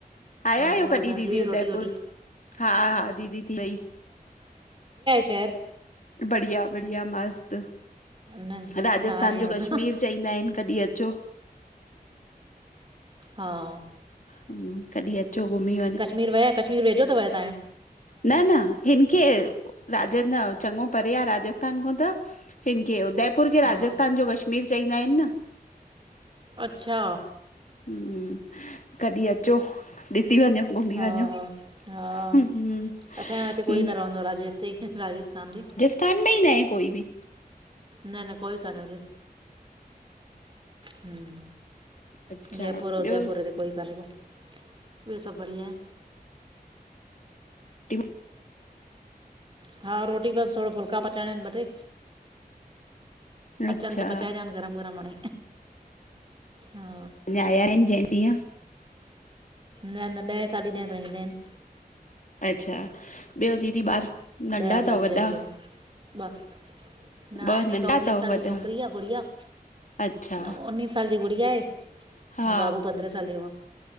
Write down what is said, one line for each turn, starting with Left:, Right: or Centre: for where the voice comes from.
Left: आया आहियो
Right: ॿियो
Left: कॾहिं
Right: ॿुधाए
Left: दीदी
Right: थी वई
Left: उदयपुर
Right: रोटी वोटी?
Left: हा हा दीदी थी वई
Right: खेर
Left: बढ़िया बढ़िया मस्त
Right: न
Left: राजस्थान
Right: न आया आहियूं
Left: जो
Right: असां।
Left: कश्मीर चईंदा आहिन कॾहिं अचो
Right: हां
Left: हम्म कॾी अच अचो घूमी
Right: कश्मीर विया कश्मीर वेझो थव तहांयो
Left: न न हिन खें राजन चंगो परे आह राजस्थान खां त हिनखे उदयपुर खे
Right: हा
Left: राजस्थान जो कश कश्मीर चईंदा आहिन न
Right: अछा
Left: हम्म कॾहिं अचो ॾिसी वञो घुमी
Right: हा
Left: वञो
Right: हा हा
Left: हम्म
Right: असांजो हिते
Left: हम्म,
Right: कोई न रहंदो आहे राज हिते राजस्थान बी
Left: तन में ई न आहे कोई बी
Right: न न कोई काने ॾे हम
Left: अच्छा
Right: जयपुर उदयपुरे
Left: ॿियो
Right: हिते कोई कानेको् ॿियो सभु बढ़िया आहे
Left: ट <unintelligible>
Right: हा रोटी बसि थोरो फुलका पचाइणा आहिनि ॿ टे अचनि
Left: अच्छा
Right: त पचाए ॾियानि गरम गरम हाणे हा
Left: अञा आया आहिन जंहिं ॾीअं
Right: न न ॾहे साढी ॾहे ताई ईंदा आहिन
Left: अच्छा ॿियो दीदी ॿार नंढा
Right: आहिनि ॾह साढी
Left: अथव वॾा
Right: ॾह थी वेंदा न
Left: वॾा
Right: आहिन
Left: ॿ नंढा
Right: हिक उन्नीस
Left: अथव
Right: साल
Left: वॾा
Right: ॼी छोकिरी आहे गुड़िया
Left: अच्छा
Right: न उन्नीस साल जी गुड़िया आहे
Left: हा
Right: बाबू पंद्रहें साले ॼो